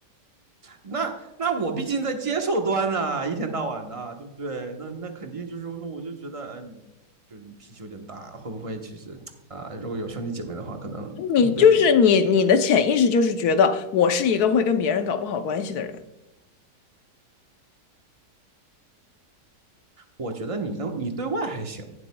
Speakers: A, on the right (about 25°); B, on the left (about 70°).
A: 那那我毕竟在接受端啊，一天到晚的啊，对不对？那那肯定就是，那我就觉得，嗯、呃就是脾气有点大，会不会其实啊、呃如果有兄弟姐妹的话，可能嗯对
B: 你就是你，你的潜意识就是觉得我是一个会跟别人搞不好关系的人。
A: 我觉得你跟你对外还行。